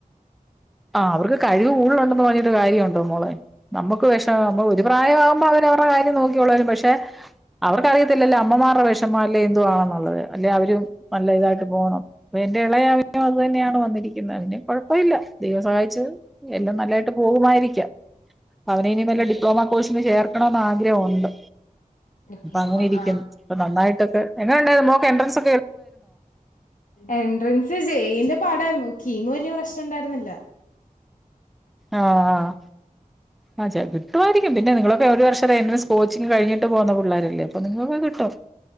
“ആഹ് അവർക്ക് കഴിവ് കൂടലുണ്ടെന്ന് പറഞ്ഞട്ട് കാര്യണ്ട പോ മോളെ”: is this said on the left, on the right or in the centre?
Centre